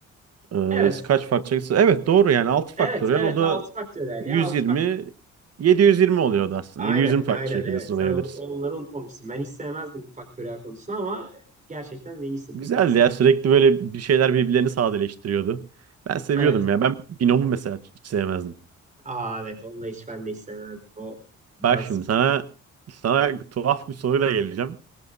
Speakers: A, on the right; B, on the right.
A: Ee,
B: Evet.
A: kaç faktöriyel? Evet doğru yani 6
B: Evet,
A: faktöriyel
B: evet.
A: o da
B: 6 faktöriyel
A: 120
B: ya. altı faktöriyel.
A: 720 oluyordu aslında.
B: Aynen,
A: 720 farklı
B: aynen.
A: şekilde
B: Evet.
A: sıralayabiliriz.
B: Sen on- onları unutmamışsın. Ben hiç sevmezdim bu faktöriyel konusunu ama gerçekten de iyisin.
A: Güzeldi
B: iyisin.
A: ya sürekli böyle bir şeyler birbirlerini sadeleştiriyordu. Ben seviyordum
B: Evet.
A: ya. Ben binomu mesela hiç sevmezdim.
B: Aa evet. Onu da hiç ben de hiç sevmezdim. O biraz
A: Bak şimdi
B: sıkıntı.
A: sana sana tuhaf bir soruyla geleceğim.